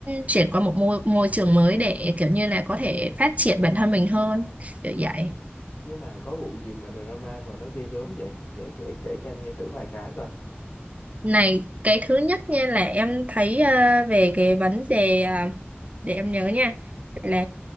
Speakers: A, on the right (about 35°); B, on the left (about 55°).
A: chuyển qua một môi môi trường mới để kiểu như là có thể phát triển bản thân mình hơn kiểu vậy
B: Nhưng mà có vụ gì mà drama mà nó ghê gớm vậy? Kể kể kể cho anh nghe thử vài cái coi.
A: này cái thứ nhất nha là em thấy ờ, về cái vấn đề ờ, để em nhớ nha là